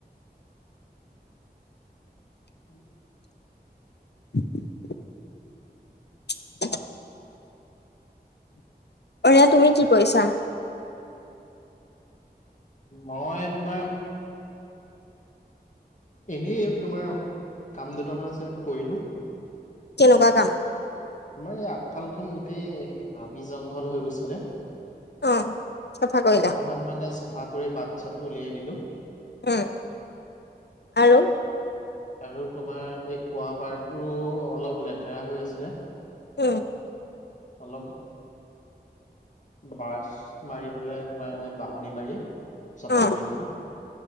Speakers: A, on the left; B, on the left.
A: <unintelligible>
B: <unintelligible> <unintelligible> এতিয়া তুমি কি কৰিছা?
A: মই তোমাৰ এনে তোমাৰ কাম দুটামান আছে কৰিলো।
B: কেনেকুৱা কাম?
A: তোমাৰ এই আগফাল খন গোটেই হাবি, জংঘল হৈ গৈছিলে।
B: অ চাফা কৰিলা
A: অকমান মানে চাফা কৰি বাট -চাত উলিয়াই দিলো।
B: উ'ম, আৰু
A: আৰু তোমাৰ এই কুৱাপাৰতো অলপ লেতেৰা হৈ আছিলে।
B: উ'ম।
A: অলপ ব্ৰাছ মাৰি পেলাই, তোমাৰ এনে বাহনি মাৰি চফা
B: অ
A: কৰি দিলো।